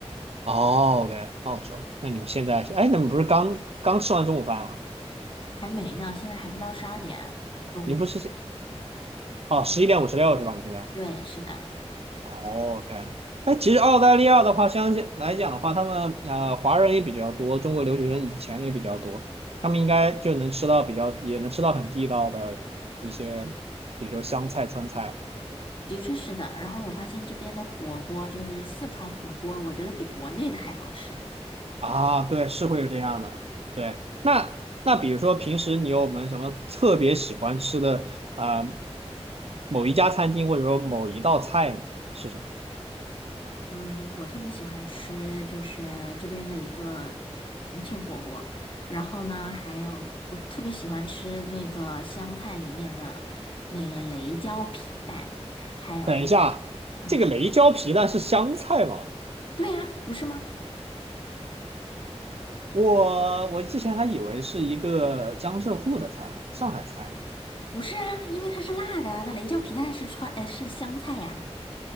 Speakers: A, on the right (about 65°); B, on the left (about 50°).
A: 哦，OK，澳洲。那你们现在是，哎，你们不是刚刚吃完中午饭吗？
B: 还没呢，现在还不到十二点，中午。
A: 你不是现哦，十一点五十六是吧？你现在？
B: 对，是的，
A: 哦，OK。哎，其实澳大利亚的话，相对来讲的话，他们呃华人也比较多，中国留学生以前也比较多，他们应该就能吃到比较，也能吃到很地道的一些，比如说湘菜、川菜
B: 的确是的。然后我发现这边的火锅，就是四川火锅，我觉得比国内的还好吃。
A: 啊，对，是会有这样的。对，那那比如说平时你有没有什么特别喜欢吃的啊、呃某一家餐厅或者说某一道菜呢？是什么？
B: 嗯，我特别喜欢吃就是这边的一个重庆火锅，然后呢，还有我特别喜欢吃那个湘菜里面的那个雷椒皮蛋，还有呢，
A: 等一下，
B: 嗯，
A: 这个雷椒皮蛋是湘菜吗？
B: 对呀，不是吗？
A: 我我之前还以为是一个江浙沪的菜，上海菜。
B: 不是啊，因为它是辣的啊，那雷椒皮蛋是川，呃，是湘菜呀。